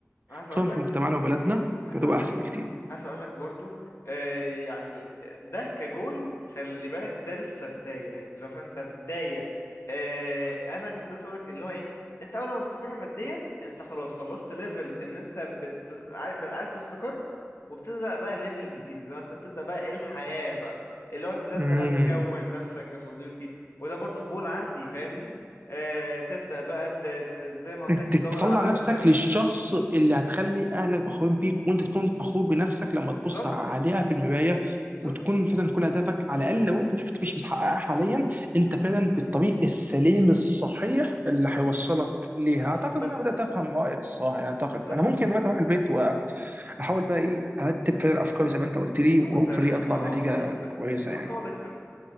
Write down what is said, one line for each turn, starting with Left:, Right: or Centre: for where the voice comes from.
Left: عايز اقول
Right: خصوصا
Left: لك
Right: في مجتمعنا وبلدنا
Left: عايز
Right: فهتبقى
Left: اقول
Right: احسن
Left: لك
Right: بكتير
Left: عايز اقول لك برضو آه يعني ده كجول خلي بالك ده لسه بدايه اللي هو فانت بدايه آه انا كنت لسه بقول لك اللي هو ايه انت اول ما تستقر ماديا انت خلاص خلصت ليفل ان انت بت... عاي- بقى عايز تستقر وبتبدا بقى ليفل جديد اللي هو انت بتبدا بقى ايه الحياه بقى اللي هو انت تبدا
Right: مم.
Left: بقى تكون نفسك يا صديقي وده برضو جول عندي فاهمني آه تبدا بقى ت... ت- زي ما قلت
Right: انك
Left: لك تدور
Right: تطلع
Left: على
Right: نفسك
Left: شريك
Right: للشخص اللي هتخلي اهلك فخورين بيك وانت تكون فخور بنفسك لما
Left: بالظبط
Right: تبص عليها في المرايه
Left: بالظبط
Right: وتكون فعلا كل هدفك على الاقل لو انت مش مش بتحققها حاليا انت فعلا في الطريق السليم الصحيح اللي هيوصلك
Left: بالظبط
Right: ليها
Left: بالظبط
Right: اعتقد ان انا بدات افهم رايك الصراحه يعني اعتقد
Left: بالظبط
Right: انا ممكن دلوقتي اروح البيت واحاول بقى ايه ارتب فعلا افكاري زي ما انت قلت لي
Left: نوتة
Right: وهوبفلي
Left: نوتة
Right: اطلع
Left: اه
Right: بنتيجه
Left: في نوتة
Right: كويسه
Left: في
Right: يعني
Left: نوتة اقعد اكتب